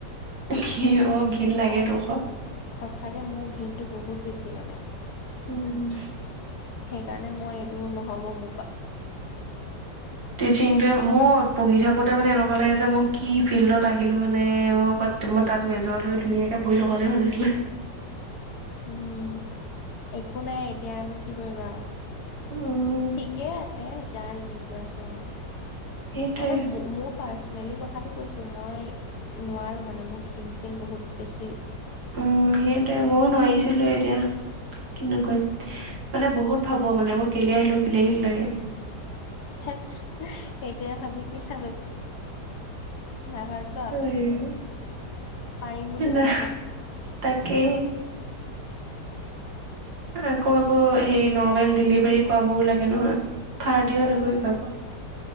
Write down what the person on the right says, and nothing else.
ঘি অ', ঘিণ লাগে
তো আকৌ।
উম।
টিচিংটোৱে, মোৰ পঢ়ি থাকোঁতে মানে এনেকুৱা লাগে যে মই কি ফিল্ডত আহিলোঁ মানে মোৰ কত ত মই তাত মেজলৈ ধুনীয়াকে পঢ়ি থকা হ'লে ভাল আছিলে।
উম
সেইটোৱে
উম সেইটোৱে মইও নোৱাৰিছিলো এতিয়া, কিনো কৰিম, মানে বহুত ভাবো মানে মই কেলে আহিলো, কেলে আহিলো লাগে।
হয়,
ন,
তাকেই। আকৌ এইবোৰ হেই নৰ্মেল ডেলিভাৰী কৰাবওঁ লাগে নহয়। থাৰ্ড
দিওঁ, <unintelligible>